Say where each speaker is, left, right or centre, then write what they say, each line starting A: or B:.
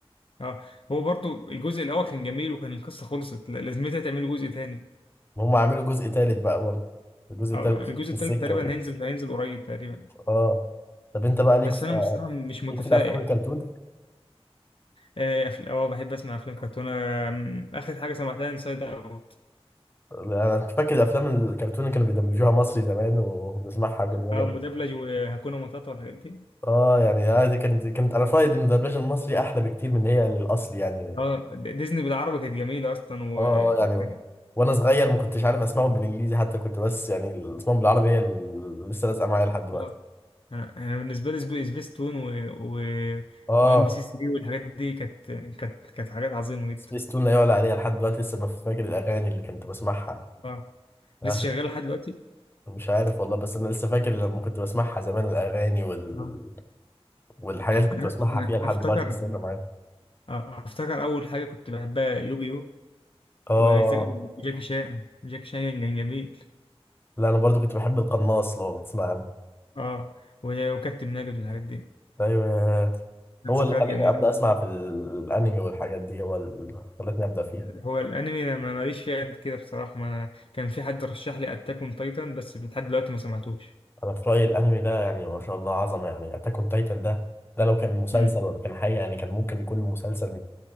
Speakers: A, on the left (about 55°); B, on the left (about 20°).
A: اه هو برضو الجزء الاول كان جميل وكان القصه خلصت لا- لازمتها تعملوا جزء تاني
B: هم عملوا جزء ثالث بقى برضه الجزء
A: اه
B: الثالث
A: الجزء
B: في
A: التالت
B: السكه
A: تقريبا
B: برضه
A: هينزل هينزل قريب تقريبا
B: اه طب انت بقى ليك
A: بس
B: في
A: انا بصراحه مش متفائل
B: ليك في الافلام الكرتون؟
A: اه أفل- آه، بحب اسمع افلام كرتون آم، اخر حاجه سمعتها انسايد اوت
B: انا كنت فاكر الافلام الكرتون اللي كانوا بيدبلجوها مصري زمان وبنسمعها كلنا
A: اه
B: كانت
A: مدبلج وهاكونا ماتاتا والحاجات دي
B: اه يعني آه، دي كانت كانت انا في رأيي إن الدبلجه المصري احلى بكتير من هي الاصلي يعني
A: اه د- ديزني بالعربي كانت جميله اصلا وكان
B: اه يعني وانا صغير ما كنتش عارف اسمعهم بالانجليزي حتى كنت بس يعني الاسمهم بالعربي هي اللي لسه لازقه معايا لحد دلوقتي
A: آه، انا أنا بالنسبه لي سب- سبيس تون و و
B: اه
A: وام بي سي 3 والحاجات دي كانت كانت كانت حاجات عظيمه جدا
B: سبيس تون لا يعلى عليها لحد دلوقتي لسه بف- فاكر الاغاني اللي كنت بسمعها
A: اه
B: آه
A: لسه شغال لحد دلوقتي
B: مش عارف والله بس انا لسه فاكر لما كنت بسمعها زمان الاغاني وال...
A: اه
B: والحاجات اللي كنت
A: أنا-
B: بسمعها
A: أنا
B: فيها لحد
A: افتكر
B: دلوقتي لسه فاكرة معايا
A: آه، افتكر اول حاجه كنت بحبها يوجيو
B: اه
A: وزاك- وجاكي شان جاكي شان كان جميل
B: لا انا برضو كنت بحب القناص لو بتسمع عنه
A: اه و- وكابتن ماجد والحاجات دي
B: ايوه
A: كانت
B: هو
A: ذكريات
B: اللي خلاني
A: جميلة
B: ابدا اسمع في الانمي والحاجات دي هو اللي خلتني ابدا فيها
A: هو الأنمي أنا ما- ماليش فيه قد كده بصراحة ما أنا كان في حد رشح لي أتاك أون تايتن بس لحد دلوقتي ما سمعتوش
B: انا في رايي الانمي ده يعني ما شاء الله عظمه يعني اتاك اون تايتن ده ده لو كان مسلسل
A: مم.
B: ولا كان حاجه يعني كان ممكن يكون مسلسل